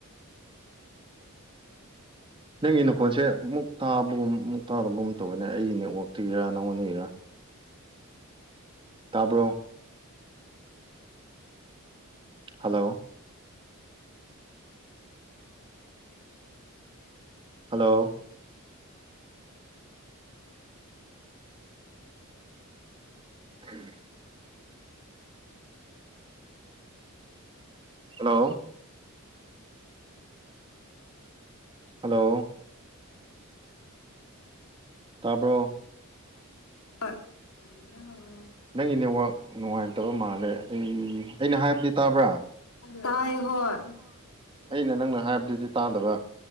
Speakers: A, on the right; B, on the left.
A: ꯅꯪꯒꯤ ꯅꯈꯣꯟꯁꯦ ꯑꯃꯨꯛ ꯇꯥꯕꯒꯨꯝ ꯃꯨꯛ ꯇꯥꯗꯕꯒꯨꯝ ꯇꯧꯋꯦꯅꯦ ꯑꯩꯅꯦ ꯑꯣꯛꯇꯣꯏꯒꯤꯔꯥ ꯅꯪꯉꯣꯟꯅꯔꯥ ꯇꯥꯕ꯭ꯔꯣ hello hello um hello hello ꯇꯥꯔꯕꯣ
B: <inaudible>
A: ꯅꯪꯒꯤ ꯅꯦꯠꯋꯥꯛ ꯅꯨꯡꯉꯥꯏꯇꯕ ꯃꯥꯜꯂꯦ ꯑꯩ ꯑꯩꯅ ꯍꯥꯏꯕꯗꯤ ꯇꯥꯕ
B: ꯇꯥꯏ ꯍꯣꯏ
A: ꯑꯩꯅ ꯅꯪꯅ ꯍꯥꯏꯕꯗꯨꯗꯤ ꯇꯥꯗꯕ